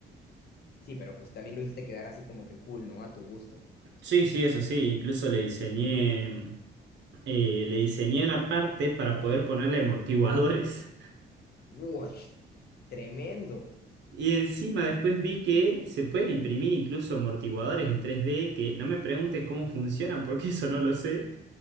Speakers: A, on the left; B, on the right.
A: Sí, pero pues también lo hiciste quedar así como que cool, ¿no? A tu gusto.
B: Sí, sí, eso sí, incluso le diseñé, eh, le diseñé una parte para poder ponerle amortiguadores. <laughs>
A: Uy, tremendo.
B: Y encima después vi que se pueden imprimir incluso amortiguadores en 3D, que no me preguntes cómo funcionan, porque eso no lo sé.